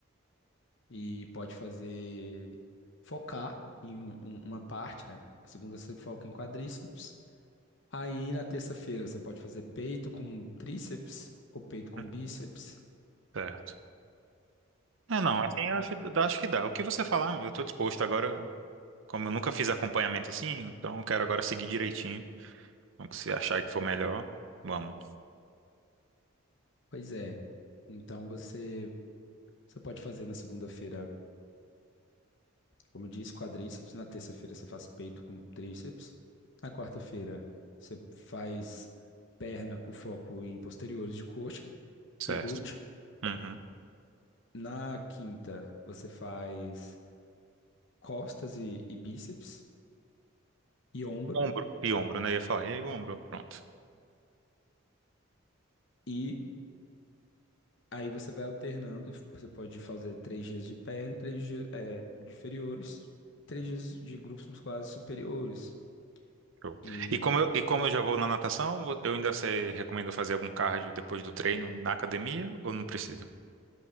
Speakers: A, on the left; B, on the right.
A: e pode fazer focar em um- um- uma parte, né? Na segunda você foca em quadríceps. Aí na terça-feira você pode fazer peito com tríceps ou peito com
B: Hum,
A: bíceps.
B: Certo. É, não, assim eu acho, dá- acho que dá. O que você falar, amigo, eu tô disposto agora, como eu nunca fiz acompanhamento assim, então eu quero agora seguir direitinho. Então, se achar que for melhor, vamos,
A: Pois é. Então você, você pode fazer na segunda-feira, como eu disse, quadríceps. Na terça-feira você faz peito com tríceps. Na quarta-feira você faz perna com foco em posteriores de coxa
B: certo.
A: e glúteo.
B: Uhum.
A: Na quinta você faz costas e, e bíceps e ombro.
B: Ombro, e ombro, né? Eu ia falar, e aí, ombro, pronto.
A: E aí você vai alternando. Você pode fazer três dias de perna, três dias, é, de inferiores, três dias de grupos musculares superiores.
B: Show.
A: E
B: E como eu, e como eu já vou na natação, vo- eu ainda você recomenda fazer algum cardio depois do treino na academia ou não precisa?